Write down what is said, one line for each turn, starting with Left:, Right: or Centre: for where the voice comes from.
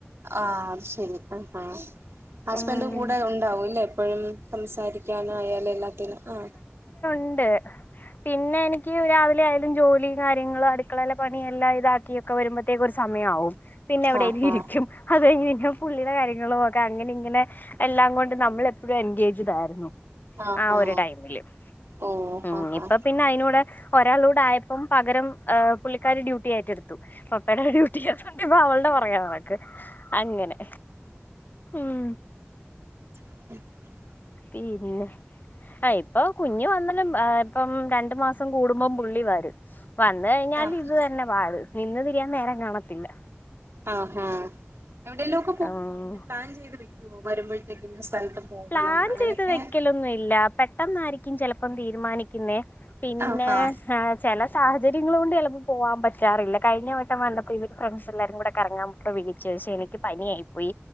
Right: ആ അത് ശരി ആ ആ ഹസ്ബൻഡ്
Left: ഉം
Right: കൂടെ ഉണ്ടാവൂല്ലേ എപ്പഴും സംസാരിക്കാനായാലും എല്ലാത്തിനും ആ
Left: ണ്ട് പിന്നെ എനിക്ക് രാവിലെ ആയാലും ജോലി കാര്യങ്ങളും അടുക്കളയില പണിയെല്ല ഇതാക്കിയൊക്കെ വ ക്ക് ഒരു സമയമാവും പിന്നെ എവിടെലും
Right: ആഹാ
Left: ഇരിക്കും അത് കഴിഞ്ഞ് പിന്നെ പുള്ളിയുടെ കാര്യങ്ങള അങ്ങനെ ഇങ്ങനെ എല്ലാം കൊണ്ട് നമ്മളെപ്പോഴും എൻഗേജടായിരുന്നു
Right: ആഹാ
Left: ആ ഒരു ടൈമില്
Right: ഓ
Left: ഉ
Right: ആഹാ
Left: ഇപ്പൊ പിന്നെ അതിനൂടെ ഒരാളൂട് ആയപ്പം പകരം പുള്ളിക്കാാര് ഡ്യൂട്ടി ഏറ്റെടുത്തു അ എവിടെ ഡ്യൂട്ടില്ലാതോണ്ട് ഇപ്പൊ അവളടെ പറയാ നടക്ക് അങ്ങനെ ഉം
Right: <unintelligible>
Left: പിന്നെ ആ ഇപ്പൊ കുഞ്ഞ് വന്നാലും ഇപ്പം രണ്ടു മാസം കൂടുമ്പം പുള്ളി വരും വന്ന് കഴിഞ്ഞാല്
Right: ആഹ്
Left: ഇത് തന്നെ പാട് നിന്ന് തിരിയാൻ നേരം കാണത്തില്ല
Right: ആഹാ എവിടെയെല്ലോ ഒക്കെ പോന്നോ
Left: ഉം
Right: ഇങ്ങനെ പ്ലാൻ ചെയ്ത് വെക്കുവോ വരുമ്പോഴത്തേക്ക ഇന്ന സ്ഥലത്ത് പോകണം
Left: പ്ലാൻ
Right: അങ്ങനെയൊക്കെ
Left: ചെയ്ത് വെക്കലൊന്നുംല്ല പെട്ടെന്നായിരിക്കും ചിലപ്പം തീരുമാനിക്കുന്നേ പിന്നെ
Right: ആഹാ
Left: ന്നെ ആഹ് ചല സാഹചര്യങ്ങള് കൊണ്ട് ചിലപ്പോൾ പോവാൻ പറ്റാറില്ല കഴിഞ്ഞവട്ടം വന്നപ്പോ ഇവര് ഫ്രണ്ട്സ് എല്ലാരും കൂടെ കറങ്ങാനോക്കെ വിളിച്ചു പക്ഷെ എനിക്ക് പനിയായി പോയി